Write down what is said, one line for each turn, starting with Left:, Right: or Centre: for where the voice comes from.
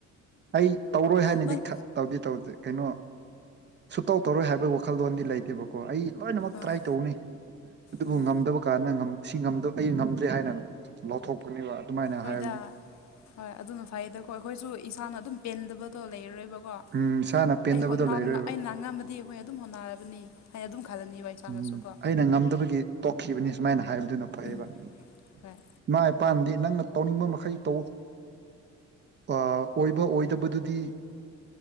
Right: ꯑꯩ ꯇꯧꯔꯣꯏ ꯍꯥꯏꯅꯗꯤ
Left: ꯅꯪ
Right: ꯈ ꯇꯧꯗꯤ ꯇꯧꯗꯦ ꯀꯩꯅꯣ ꯁꯨꯇꯧ ꯇꯧꯔꯣꯏ ꯍꯥꯏꯕꯩ ꯋꯥꯈꯜꯂꯣꯟꯗꯤ ꯂꯩꯇꯦꯕꯀꯣ ꯑꯩ ꯂꯣꯏꯅꯃꯛ
Left: ꯑꯥ
Right: ꯇ꯭ꯔꯥꯏ ꯇꯧꯅꯤ ꯑꯗꯨꯕꯨ
Left: ꯎꯝ
Right: ꯉꯝꯗꯕ ꯀꯥꯟꯗ ꯉꯝ ꯁꯤ ꯉꯝ ꯑꯩ ꯉꯝꯗ꯭ꯔꯦ ꯍꯥꯏꯅ ꯂꯧꯊꯣꯛꯄꯅꯦꯕ ꯑꯗꯨꯃꯥꯏꯅ
Left: ꯍꯣꯏꯗ
Right: ꯍꯥꯏꯕꯅꯤ
Left: ꯍꯣꯏ ꯑꯗꯨꯅ ꯐꯩꯌꯦꯗꯀꯣ ꯑꯩꯈꯣꯏꯁꯨ ꯏꯁꯥꯅ ꯑꯗꯨꯝ ꯄꯦꯟꯗꯕꯗꯣ ꯂꯩꯔꯔꯣꯏꯕ ꯀꯣ
Right: ꯎꯝ ꯏꯁꯥꯅ ꯄꯦꯟꯗꯕꯗꯣ
Left: ꯑꯩ ꯍꯣꯠꯅꯕ
Right: ꯂꯩꯔꯣꯏꯕ
Left: ꯑꯩꯅ ꯑꯉꯝꯃꯗꯤ ꯍꯣꯏ ꯑꯗꯨꯝ ꯍꯣꯠꯅꯔꯕꯅꯤ ꯑꯩ ꯑꯗꯨꯝ ꯈꯜꯂꯅꯤꯕ ꯏꯁꯥꯅꯁꯨ
Right: ꯎꯝ
Left: ꯀꯣ
Right: ꯑꯩꯅ ꯉꯝꯗꯕꯒꯤ ꯇꯣꯛꯈꯤꯕꯅꯤ ꯁꯨꯃꯥꯏꯅ ꯍꯥꯏꯕꯗꯨꯅ ꯐꯩꯌꯦꯕ
Left: ꯎꯝ
Right: ꯏꯃꯥ
Left: ꯍꯣꯏ
Right: ꯏꯄꯥꯥꯅꯗꯤ ꯅꯪꯅ ꯇꯧꯅꯤꯡꯕ ꯃꯈꯩ ꯇꯧ ꯑꯥ ꯑꯣꯏꯕ ꯑꯣꯏꯗꯕꯗꯨꯗꯤ